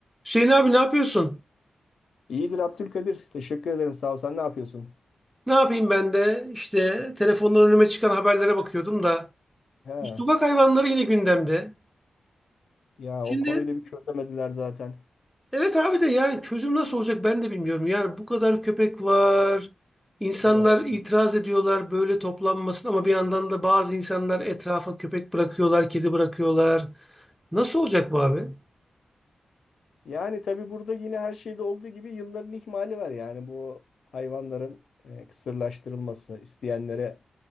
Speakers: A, in the centre; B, on the left (about 70°).
A: Hüseyin abi ne yapıyorsun?
B: İyidir Abdülkadir. Teşekkür ederim. Sağ ol. Sen ne yapıyorsun?
A: Ne yapayım ben de işte telefondan önüme çıkan haberlere bakıyordum da
B: He.
A: sokak hayvanları yine gündemde.
B: Ya
A: Şimdi
B: o konuyu da bir şey çözemediler zaten.
A: evet abi de yani çözüm nasıl olacak ben de bilmiyorum. Yani bu kadar köpek var. İnsanlar
B: Evet.
A: itiraz ediyorlar böyle toplanmasın ama bir yandan da bazı insanlar etrafa köpek bırakıyorlar, kedi bırakıyorlar. Nasıl olacak bu abi?
B: Yani tabii burada yine her şeyde olduğu gibi yılların ihmali var. Yani bu hayvanların e, kısırlaştırılması, isteyenlere